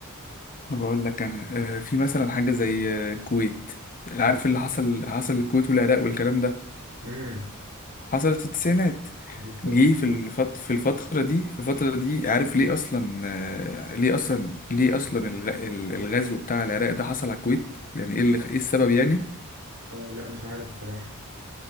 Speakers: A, on the left; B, on the right.
A: بقول لك أنا آه، في مثلا حاجة زي آه، الكويت عارف اللي حصل حصل الكويت والعراق والكلام ده
B: امم
A: حصلت في التسعينات
B: بالظبط
A: جه في
B: اه
A: الفت... في الفترة دي في الفترة دي عارف ليه أصلا آه، ليه أصلا ليه أصلا الغ... الغزو بتاع العراق ده حصل على الكويت يعني إيه اللي... إيه السبب يعني
B: آه، لا مش عارف بصراحة